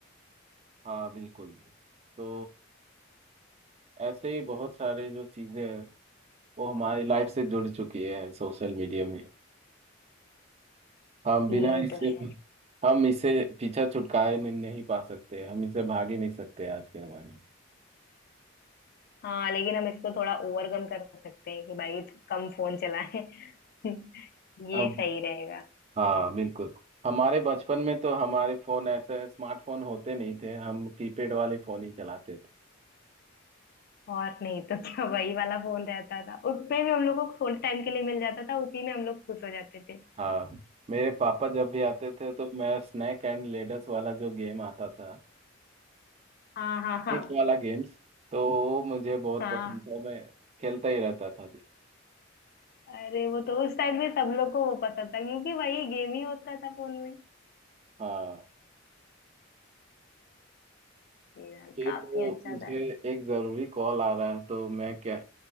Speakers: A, on the right; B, on the left.
A: हाँ बिल्कुल तो ऐसे ही बहुत सारे जो चीजें हैं वो हमारी लाइफ से जुड़ चुकी है सोशल मीडिया में हम बिना
B: ये
A: इससे
B: तो है
A: हम इसे पीछा छुटकारे नहीं, नहीं पा सकते हम इसे भाग ही नहीं सकते आज के जमाने में
B: हाँ लेकिन हम इसको थोड़ा ओवरकम कर सकते हैं कि भाई तू कम फोन चलाए <laughs> ये
A: अब
B: सही रहेगा
A: हाँ बिल्कुल हमारे बचपन में तो हमारे फोन ऐसे स्मार्टफोन होते नहीं थे हम कीपैड वाले फोन ही चलाते थे
B: और नहीं तो क्या वही वाला फोन रहता था उसमें भी हम लोग को थोड़े टाइम के लिए मिल जाता था उसी में हम लोग खुश हो जाते थे
A: हाँ मेरे पापा जब भी आते थे तो मैं स्नैक एंड लेडर्स वाला जो गेम आता था
B: हाँ हाँ हाँ
A: एक वाला गेम्स तो वो मुझे बहुत
B: हाँ
A: पसंद था मैं खेलता ही रहता था दिन
B: अरे वो तो उस टाइम पे सब लोग को वो पसंद था क्योंकि वही गेम ही होता था फोन में
A: हाँ
B: मेरा
A: ये
B: काफी
A: तो
B: अच्छा
A: मुझे
B: था
A: एक ज़रूरी कॉल आ रहा है तो मैं क्या